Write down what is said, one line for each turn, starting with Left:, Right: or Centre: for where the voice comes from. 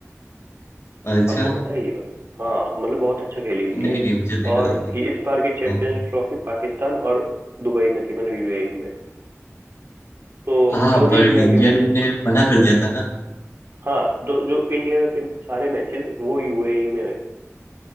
Left: अच्छा
Right: आपको पता है ये बात हाँ मतलब बहुत अच्छा खेली इंडिया
Left: नहीं नहीं मुझे नहीं
Right: और
Left: पता था
Right: ये इस बार की चैंपियंस
Left: हाँ
Right: ट्रॉफी पाकिस्तान और दुबई में थी मतलब यूएई में तो
Left: हाँ
Right: जो भी
Left: पर
Right: इंडिया
Left: इंडियन
Right: के मैचेस
Left: ने मना कर दिया था ना
Right: हाँ जो जो इंडिया के सारे मैचेस वो यूएई में हुए